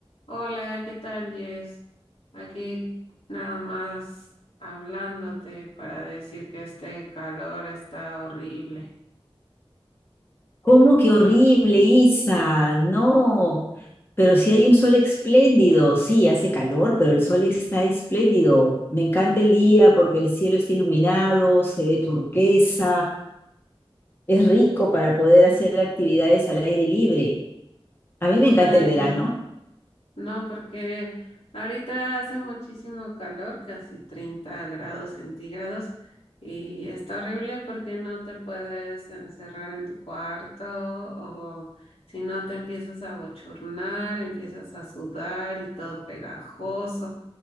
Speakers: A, on the left; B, on the left.
A: Hola, ¿qué tal, Jess? Aquí nada más hablándote para decir que este calor está horrible.
B: ¿Cómo que horrible, Isa? No, pero si hay un sol espléndido, sí, hace calor, pero el sol está espléndido. Me encanta el día porque el cielo está iluminado, se ve turquesa, es rico para poder hacer actividades al aire libre. A mí me encanta
A: Ay,
B: el verano.
A: no, no, porque ahorita hace muchísimo calor, casi 30 grados centígrados, y está horrible porque no te puedes encerrar en tu cuarto o si no te empiezas a bochornar, empiezas a sudar y todo pegajoso.